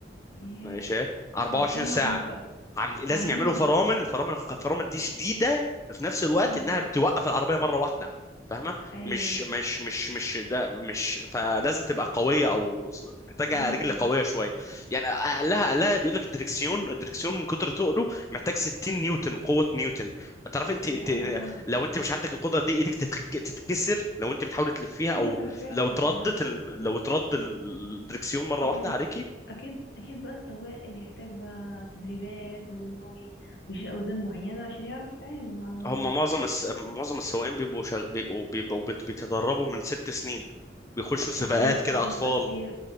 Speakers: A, on the left; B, on the left.
A: ياه
B: ماشي 24
A: ف- فهم
B: ساعة
A: عاملين ك-
B: عامل لازم
A: فعاملين
B: يعملوا
A: امم
B: فرامل فرامل فرامل دي شديدة في نفس الوقت
A: أمم.
B: انها بتوقف العربية مرة واحدة فاهمة
A: ايوه
B: مش مش مش مش ده مش فلازم تبقى قوية او محتاجة
A: امم
B: رجل
A: أمم.
B: قوية شوية يعني اقلها اقلها بيقول لك الدركسيون الدركسيون من كتر تقله محتاج 60 نيوتن قوة نيوتن تعرف انت انت
A: يا الله
B: لو انت مش عندك القدرة دي ايدك تتك- تتكسر لو انت بتحاول تلفيها
A: فعلا
B: او
A: فعلا
B: لو تردت
A: اللي هو
B: ال- لو ترد الدركسيون مرة
A: امم
B: واحدة عليكي
A: اكيد اكيد بقى السواق بيحتاج بقى تدريبات وان هو ي- ويشيل اوزان معينه عشان يعرف يتعامل مع الموضوع
B: هم
A: ده
B: معظم
A: صح
B: الس... معظم السواقين بيبقوا شغ... بيبقوا بيبقوا بيت- بيتدربوا من ست سنين بيخشوا سباقات
A: عشان بس
B: كده
A: عشان
B: اطفال
A: بس ي...